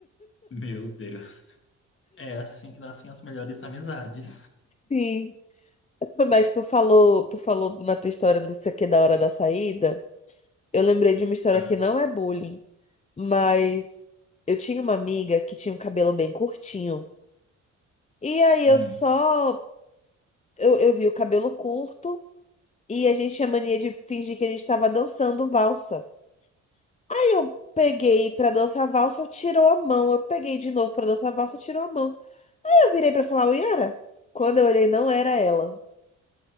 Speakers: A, on the left; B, on the left.
A: Meu Deus. É assim que nascem as melhores amizades.
B: Sim. Mas tu falou, tu falou na tua história, não sei o que, é da hora da saída. Eu lembrei de uma história
A: Ah,
B: que não é bullying. Mas eu tinha uma amiga que tinha um cabelo bem curtinho. E aí
A: hum.
B: eu só. Eu, eu vi o cabelo curto e a gente tinha mania de fingir que a gente tava dançando valsa. Aí eu peguei pra dançar valsa, eu tirou a mão. Eu peguei de novo pra dançar valsa, tirou a mão. Aí eu virei pra falar, oi, Yara? Quando eu olhei, não era ela.